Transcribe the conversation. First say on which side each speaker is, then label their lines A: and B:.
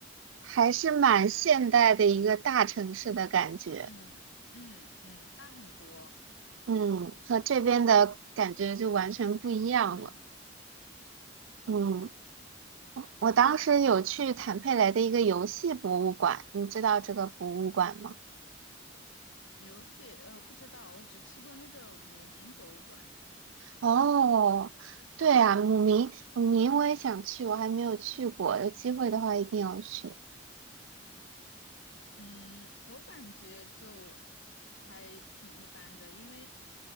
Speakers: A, on the right; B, on the left.
A: 还是蛮现代的一个大城市的感觉，
B: 嗯嗯嗯，大很多，
A: 嗯，和这边的感觉就完全不一样了，
B: 嗯。
A: 嗯，我当时有去坦佩雷的一个游戏博物馆，你知道这个博物馆吗？
B: 游戏，呃，不知道，我只去过那个姆明博物馆。
A: 哦，对啊，姆明，姆明我也想去，我还没有去过，有机会的话一定要去。
B: 嗯，我感觉就还挺一般的，因为